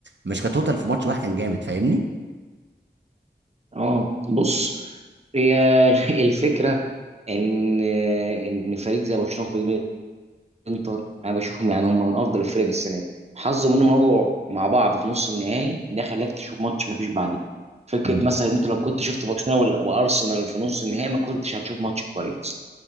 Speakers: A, on the right; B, on the right.
A: مش كتوتال في ماتش واحد كان جامد فاهمني
B: اه بص هي <laughs> الفكره ان ان فريق زي برشلونه وفريق الانتر انا بشوفهم يعني هم من افضل الفرق السنه دي حظهم انهم وقعوا مع بعض في نص النهائي ده خلاك تشوف ماتش ما فيش بعديه فكره
A: امم
B: مثلا انت لو كنت شفت برشلونه وال- وارسنال في نص النهائي ما كنتش هتشوف ماتش كويس